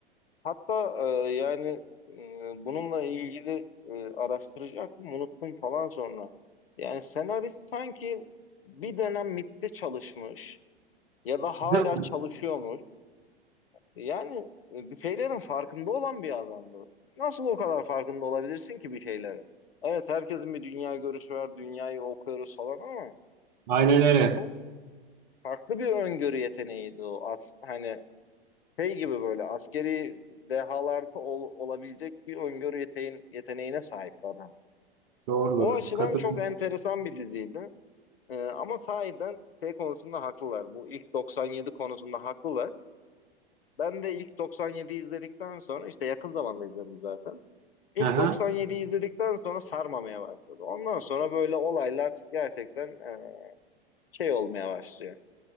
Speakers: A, on the left (about 65°); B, on the right (about 45°).
A: Hatta e, yani e, bununla ilgili e, araştıracaktım, unuttum falan sonra. Yani senarist sanki bir dönem MIT'te çalışmış ya da hala
B: Değil mi?
A: çalışıyormuş. Yani e, bir şeylerin farkında olan bir adamdı. Nasıl o kadar farkında olabilirsin ki bir şeylerin? Evet herkesin bir dünya görüşü var, dünyayı okuyoruz falan ama
B: Aynen öyle.
A: çok farklı bir öngörü yeteneğiydi o. As hani Şey gibi böyle askeri dehalarda ol- olabilecek bir öngörü yeteğin, yeteneğine sahip adam.
B: Doğrudur.
A: O açıdan
B: Katıldım.
A: çok enteresan bir diziydi. Ee, ama sahiden şey konusunda haklılar. Bu ilk 97 konusunda haklılar. Ben de ilk 97'yi izledikten sonra işte yakın zamanda izledim zaten. İlk
B: Aha.
A: 97'yi izledikten sonra sarmamaya başladı. Ondan sonra böyle olaylar gerçekten e, şey olmaya başlıyor.